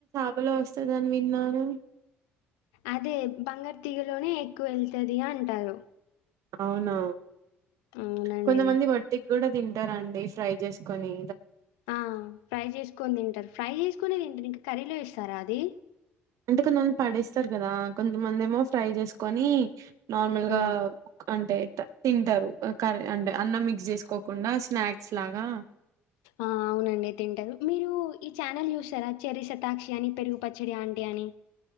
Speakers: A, on the right; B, on the left.
A: ఎలో వస్తందాని విన్నాను
B: అదే బంగారు తి తీగలోనే ఎక్కువ ఎల్తది అంటారు
A: అవునా
B: అవునండి.
A: కొంతమంది మటి కూడా తింటారండి ఫ్రై జేసుకొని
B: ఆ ఫ్రై చేసుకోని తింటరు ఫ్రై జేసుకునేది ఏంటి ఇంక కర్రీలో ఇస్తారా అది
A: అంటే కొంతమంది పడేస్తారు కదా కొంతమంది ఏమో ఫ్రై జేసుకొని నార్మల్
B: హ్మ్.
A: గా అంటే తింటారు కర్రీ అంటే అన్నం మిక్స్ చేసుకోకుండా స్నాక్స్ లాగా
B: ఆ అవునండి తింటారు మీరు ఈ ఛానల్ చూస్తారా చరిస్ తాక్షి అని పెరుగు పచ్చడి ఆంటీ అని